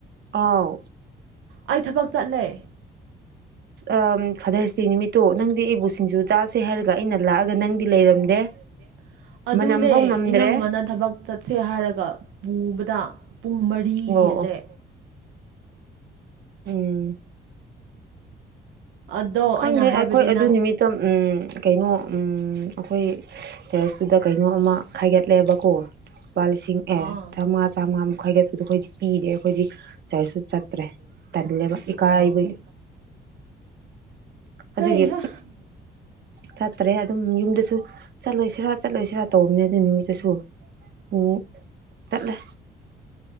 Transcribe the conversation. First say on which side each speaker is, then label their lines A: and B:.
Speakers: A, on the right; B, on the right.
A: ꯑꯥꯎ
B: ꯑꯩ ꯊꯕꯛ ꯆꯠꯂꯦ
A: ꯑꯥ ꯐꯥꯗꯔꯁꯗꯦ ꯅꯨꯃꯤꯠꯇꯣ ꯅꯪꯗꯤ ꯑꯩꯕꯨ ꯁꯤꯡꯖꯨ ꯆꯥꯁꯦ ꯍꯥꯏꯔꯒ ꯑꯩꯅ ꯂꯥꯛꯑꯒ ꯅꯪꯗꯤ ꯂꯩꯔꯝꯗꯦ
B: <inaudible> ꯑꯗꯨꯅꯦ
A: ꯃꯅꯝꯐꯧ ꯅꯝꯗ꯭ꯔꯦ
B: ꯏꯅꯝꯃꯅ ꯊꯕꯛ ꯆꯠꯁꯦ ꯍꯥꯏꯔꯒ ꯄꯨꯕꯗ ꯄꯨꯡ ꯃꯔꯤ
A: ꯑꯣ
B: ꯍꯦꯜꯂꯦ
A: ꯑꯣ ꯎꯝ
B: ꯑꯗꯣ
A: ꯈꯪꯗ꯭ꯔꯦ
B: ꯑꯩꯅ ꯍꯥꯏꯕꯗꯤ
A: ꯑꯈꯣꯏ ꯑꯗꯨ
B: ꯅꯪ
A: ꯅꯨꯃꯤꯠꯇ ꯎꯝ ꯀꯩꯅꯣ ꯎꯝ ꯑꯈꯣꯏ ꯆꯔꯆꯇꯨꯗ ꯀꯩꯅꯣ ꯑꯃ ꯈꯥꯏꯒꯠꯂꯦꯕꯀꯣ ꯂꯨꯄꯥ ꯂꯤꯁꯤꯡ ꯑꯦ
B: ꯑꯥ
A: ꯆꯥꯝꯃꯉꯥ ꯆꯥꯝꯃꯉꯥ ꯃꯈꯥꯏꯒꯠꯄꯨꯗ ꯑꯈꯣꯏꯗꯤ ꯄꯤꯗꯦ ꯑꯩꯈꯣꯏꯗꯤ ꯆꯔꯁꯨ ꯆꯠꯇ꯭ꯔꯦ ꯇꯜꯂꯦꯕ ꯏꯀꯥꯏꯕ
B: ꯑꯣ
A: ꯑꯗꯨꯒꯤ
B: ꯍꯩꯍꯥ
A: ꯆꯠꯇ꯭ꯔꯦ ꯑꯗꯨꯝ ꯌꯨꯝꯗꯁꯨ ꯆꯠꯂꯣꯏꯁꯤꯔꯥ ꯆꯠꯂꯣꯏꯁꯤꯔꯥ ꯇꯧꯕꯅꯦ ꯑꯗꯨ ꯅꯨꯃꯤꯠꯇꯁꯨ ꯎꯝ ꯆꯠꯂꯦ